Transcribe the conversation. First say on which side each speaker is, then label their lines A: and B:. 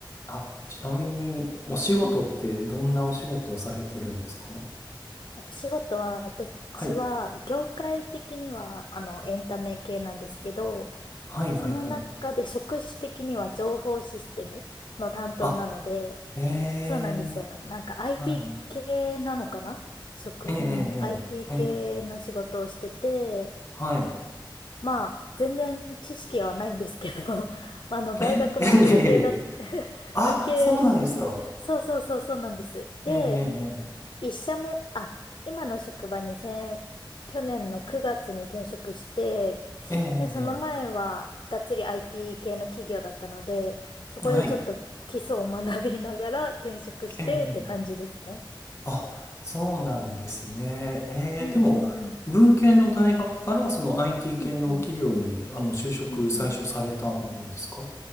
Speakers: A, on the left (about 35°); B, on the left (about 65°).
A: あ、ちなみに、お仕事ってどんなお仕事をされてるんですか
B: うんお仕事は、私は、
A: はい。
B: 業界的には、あの、エンタメ系なんですけど、
A: はい、
B: その中で職種的には情報システムの担当なので、
A: はい、はい。あ、ええ
B: そうなんですよ。なんか IT
A: はい。
B: 系なのかな職、
A: ええええええええ
B: うん、IT 系の仕事をしてて、
A: はい。
B: まあ、全然知識はないんですけど、<laughs> あの、大学も文系だ、
A: え、<laughs> ええいえいえいえ
B: <laughs>
A: あ、
B: 文系出身、
A: そうなんですか。
B: そうそうそうそうなんです。で、
A: えええ
B: 一社目、あ、今の職場に先、去年の9月に転職して、
A: えええええ
B: で、その前はがっつり IT 系の企業だったので、そこでちょっと基礎を学びながら転職してって感じですね。
A: ええはい。ええええあ、そうなんですね。ええでも、
B: うんうんうん。
A: 文系の大学からその IT 系の企業に、
B: うんうん。
A: あの、就職最初されたんですか
B: うんうん。